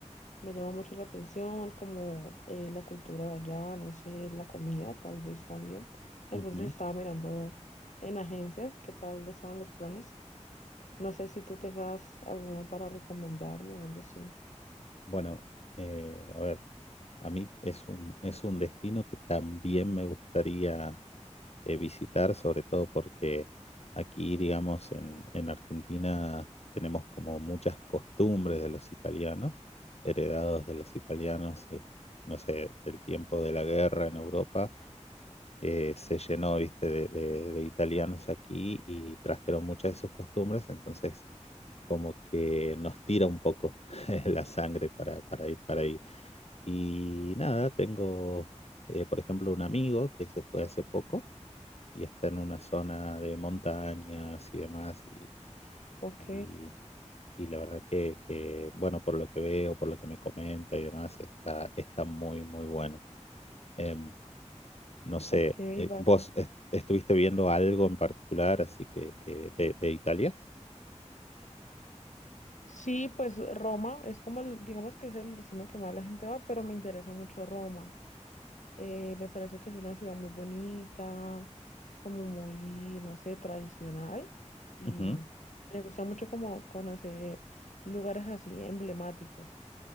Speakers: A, on the left (about 80°); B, on the left (about 60°).
A: me llama mucho la atención como eh, la cultura de allá, no sé, la comida tal vez también. Entonces
B: ujú.
A: estaba mirando en agencias qué tal estaban los planes. No sé si tú tengas alguno para recomendarme o algo así.
B: Bueno, eh, a ver, a mí es un, es un destino que también me gustaría eh, visitar, sobre todo porque aquí, digamos, en, en Argentina tenemos como muchas costumbres de los italianos, heredados de los italianos, eh, no sé, del tiempo de la guerra en Europa, que se llenó, viste, de, de- de italianos aquí y trajeron muchas de sus costumbres, entonces como que nos tira un poco <laughs> la sangre para, para ir para ahí. Y nada, tengo, eh, por ejemplo, un amigo que se fue hace poco y está en una zona de montañas y demás. Y,
A: Ok,
B: y- y la verdad que, que, bueno, por lo que veo, por lo que me comenta y demás, está, está muy, muy bueno. Em, no sé,
A: ok,
B: eh,
A: vas.
B: ¿vos est- estuviste viendo algo en particular así que, que de, de Italia?
A: Sí, pues Roma es como, el- digamos que es el destino que más la gente va, pero me interesa mucho Roma. Eh, me parece que es una ciudad muy bonita, como muy, no sé, tradicional. Y
B: Ujú,
A: me gusta mucho como conocer lugares así emblemáticos.